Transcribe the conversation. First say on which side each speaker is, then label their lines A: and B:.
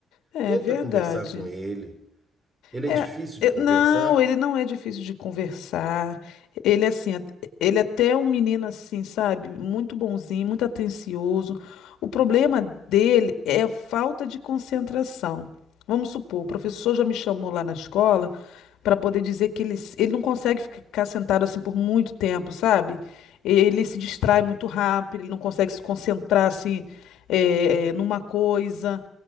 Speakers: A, on the left; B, on the right.
A: é
B: Tenta
A: verdade.
B: conversar com ele. Ele
A: É,
B: é difícil
A: é-
B: de conversar,
A: não, ele não é difícil de conversar. Ele é assim, at- ele é até um menino assim, sabe? Muito bonzinho, muito atencioso. O problema dele é a falta de concentração. Vamos supor, o professor já me chamou lá na escola para poder dizer que ele, s- ele não consegue ficar sentado assim por muito tempo, sabe? Ele se distrai muito rápido, ele não consegue se concentrar assim, é, é, numa coisa.